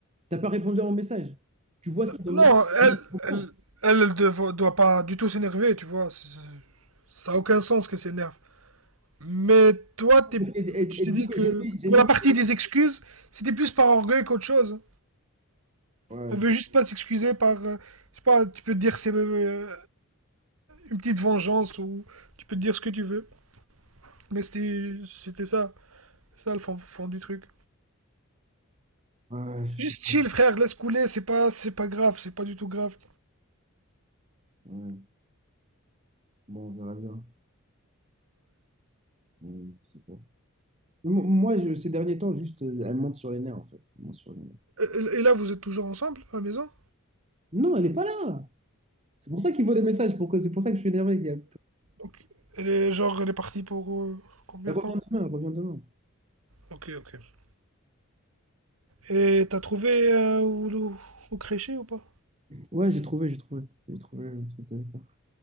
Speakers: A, on the right; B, on the right.
A: t'as pas répondu à mon message. Tu vois ce qu'il y a dans
B: Non,
A: le message. Non,
B: elle,
A: je comprends.
B: elle, elle, elle devo- doit pas du tout s'énerver, tu vois. C'est- c'est- Ça a aucun sens que s'énerve. Mais toi, t'es-
A: Parce qu'elle elle-
B: tu
A: elle
B: t'es dit
A: dit que
B: que
A: j'ai mis, j'ai
B: pour
A: mis
B: la
A: mon...
B: partie des excuses, c'était plus par orgueil qu'autre chose.
A: Ouais,
B: Elle
A: je-
B: veut juste pas s'excuser par. euh, je sais pas, tu peux te dire c'est euh, une petite vengeance ou tu peux te dire ce que tu veux. Mais c'était c'était ça. Ça le fond, fond du truc.
A: Ouais, je
B: Juste
A: sais pas.
B: chill, frère, laisse couler, c'est pas, c'est pas grave, c'est pas du tout grave.
A: Ouais. Bon, on verra bien. Mais je sais pas. Mo- Moi, je- ces derniers temps, juste, euh, elle monte sur les nerfs, en fait. Elle monte sur les nerfs.
B: Et, et là, vous êtes toujours ensemble à la maison
A: Non, elle n'est pas là. C'est pour ça qu'il voit des messages. Pour que- C'est pour ça que je suis énervé. qu'il y a-
B: Donc, elle est genre, elle est partie pour euh, combien
A: Elle revient
B: de temps
A: demain, elle revient demain.
B: Ok, ok. Et t'as trouvé euh, où, où, crécher ou pas
A: Ouais, j'ai trouvé, j'ai trouvé. J'ai trouvé le truc de l'époque.